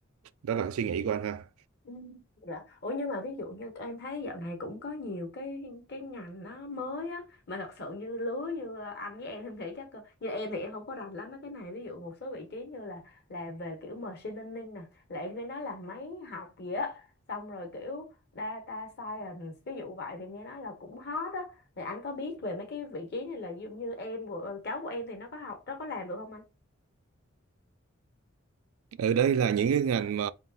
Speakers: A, on the right (about 80°); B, on the left (about 50°).
A: đó là cái suy nghĩ của anh ha
B: Ừ, Dạ. Ủa nhưng mà ví dụ như em thấy dạo này cũng có nhiều cái cái ngành nó mới á mà thật sự như lứa như anh với em em nghĩ chắc cơ, như em thì em không có rành lắm mấy cái này ví dụ một số vị trí như là làm về kiểu machine learning nè là em nghe nói là máy học gì á xong rồi kiểu data science ví dụ vậy thì nghe nói là cũng hot á thì anh có biết về mấy cái vị trí này là giống như em của ờ, cháu của em thì nó có học nó có làm được không anh
A: ở đây là những cái ngành mà